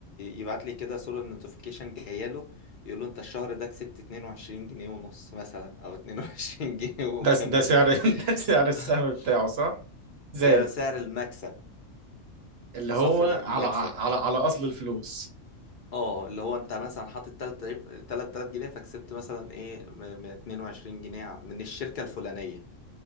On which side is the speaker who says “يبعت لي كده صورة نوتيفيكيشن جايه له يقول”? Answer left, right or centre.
Left